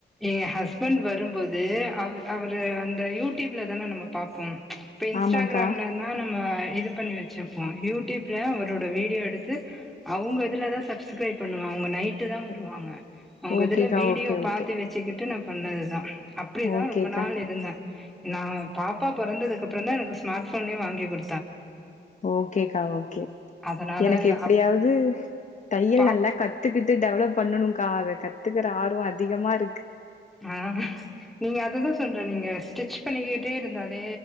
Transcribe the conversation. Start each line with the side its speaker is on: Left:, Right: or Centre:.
Centre: எ ஹஸ்பண்ட் வரும்போது அவர் அவரு அந்த யூடியூப்ல தானே நம்ம பாப்போம் இப்ப இன்ஸ்டாகிராம்லனா
Left: ஆமாங்க்கா.
Centre: நம் ம இதுப் பண்ணி வெச்சுப்போ யூடியூப்ல ஒரோட வீடியோ எடுத்து அவங்க இதுலதா சப்ஸ்கிரைப் பண்ணுவாங்க அவங்க நைட்டு தா வருவாங்க அவங்க
Left: ஓகேக்கா.
Centre: இதுல Video
Left: okay,
Centre: பாத்து
Left: okay.
Centre: வச்சுக்கிட்டு நா பண்ணதுதா அப்டிதா
Left: ஓகேக்கா.
Centre: ரொம்ப நாள் இருந்தே நா பாப்பா பொறந்ததுக்கப்புறம் தா எனக்கு ஸ்மார்ட்ஃபோனை வாங்கி கொடு
Left: ஓகேக்கா ஓகே
Centre: அதனால
Left: எனக்கு எப்டியாவுது
Centre: அப்
Left: தையல்
Centre: பாப்
Left: நல்லா கத் த்துக்கிட்டு டெவலப் பண்ணனும்கா அதை கத்துக்கற ஆர்வோ அதிகமா இருக்
Centre: ஆ நீங்க அதத்தான் சொல்ற நீங்க ஸ்டிச் பண்ணிக்கிட்டே இருந்தாலே